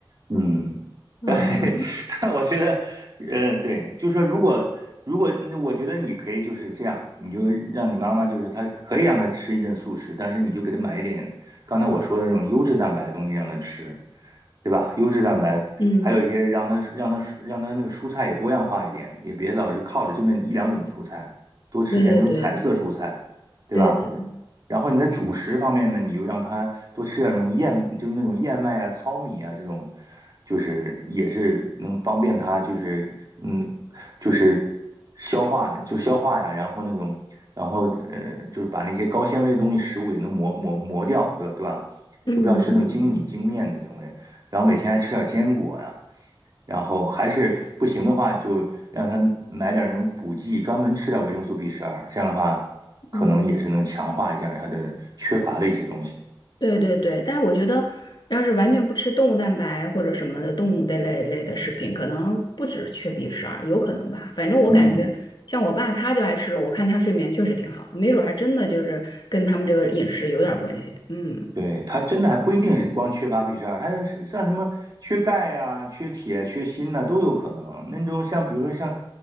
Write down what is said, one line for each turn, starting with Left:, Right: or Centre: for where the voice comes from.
Right: 嗯。
Left: 啊，
Right: 对，<laughs> 我觉得，呃，对，就是说，如果如果，那我觉得你可以就是这样，你就让你妈妈，就是她可以让她吃一阵素食，但是你就给她买一点刚才我说的那种优质蛋白的东西让她吃，对吧？优质蛋白，
Left: 嗯，
Right: 还有一些让她让她让她那个蔬菜也多样化一点，也别老是靠着就那一两种蔬菜，多吃点那种彩色蔬菜，
Left: 对对对，
Right: 对吧？
Left: 对的，
Right: 然后你在主食方面呢，你就让他多吃点那种燕，就是那种燕麦啊、糙米啊这种，就是也是能方便他，就是嗯，就是消化就消化呀，然后那种，然后呃，就是把那些高纤维的东西食物也能磨磨磨掉，对吧？对吧？
Left: 嗯嗯
Right: 就不要吃那种精米精面的这种类，然后每天还吃点坚果呀。然后还是不行的话，就让他买点那种补剂，专门吃点维生素 B 十二，这样的话，可能也是能强化一下他的缺乏的一些东西。
Left: 嗯，对对对，但是我觉得，要是完全不吃动物蛋白或者什么的动物的类类的食品，可能不止缺 B 十二，有可能吧。反正我感觉，
Right: 嗯，
Left: 像我爸他就爱吃，肉，我看他睡眠确实挺好，没准儿还真的就是跟他们这个饮食有点儿关系。嗯。
Right: 对，他真的还不一定是光缺乏 B 十二，他是像什么缺钙呀、缺铁、缺锌呐、都有可能。那种像比如说像